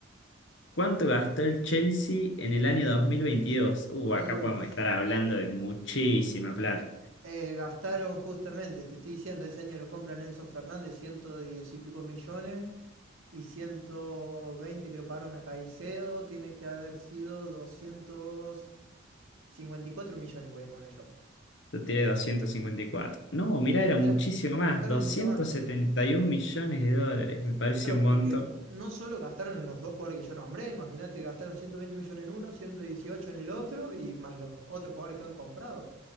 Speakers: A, on the left; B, on the right.
A: ¿Cuánto gastó el Chelsea en el año dos mil veintidós Uh,
B: Uf,
A: acá podemos estar hablando de muchísima plata.
B: eh, gastaron justamente, te estoy diciendo, ese año lo compran Enzo Fernández, 110 y pico millones. y 120 creo pagaron a Caicedo, tiene que haber sido 254 millones, voy a poner yo.
A: Yo tiré doscientos cincuenta y cuatro No, mirá, era
B: Mirá,
A: muchísimo más.
B: gastaron
A: 271
B: mucho más.
A: millones de dólares. Me parece
B: Claro,
A: un montón.
B: porque no solo gastaron en los dos jugadores que yo nombré, imagínate, gastaron 120 millones en uno, 118 en el otro y más los otros jugadores que han comprado.